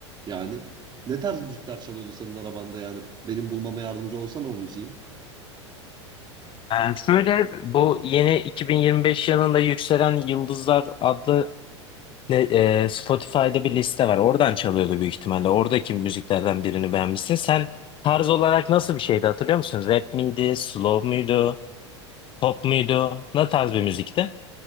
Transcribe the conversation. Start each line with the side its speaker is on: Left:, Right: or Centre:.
Right: Yani ne tarz müzikler çalıyordu senin arabanda yani benim bulmama yardımcı olsana o müziği.
Left: Ee, şöyle bu yeni 2025 yılında Yükselen Yıldızlar adlı ne- e, Spotify'da bir liste var. Oradan çalıyordu büyük ihtimalle. Oradaki müziklerden birini beğenmişsin. Sen tarz olarak nasıl bir şeydi hatırlıyor musun? Rap miydi, slow muydu, pop muydu? Ne tarz bir müzikti?